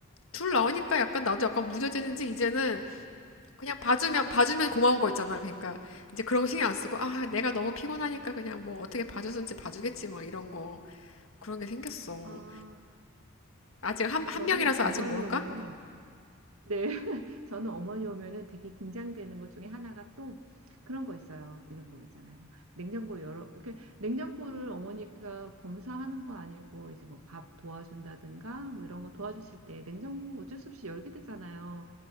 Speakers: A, on the left (about 65°); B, on the right (about 80°).
A: 둘 나오니까 약간 나도 약간 무뎌지는지 이제는 그냥 봐주면 봐주면 고마운 거 있잖아. 그러니까 이제 그런 거 신경 안 쓰고 아 내가 너무 피곤하니까 그냥 뭐 어떻게 봐줬는지 봐주겠지 막 이런 거 그런 게 생겼어.
B: 아,
A: 아직 한, 한
B: 저는
A: 명이라서
B: 어머니
A: 아직 모른가?
B: 오면은 네, <laughs> 저는 어머니 오면은 되게 긴장되는 것 중에 하나가 또 그런 거 있어요. 이런 거 있잖아요. 냉장고 열어, 이렇게 냉장고를 어머니가 검사하는 건 아니고 이제 뭐 밥 도와준다든가 뭐 이런 거 도와주실 때 냉장고 어쩔 수 없이 열게 되잖아요.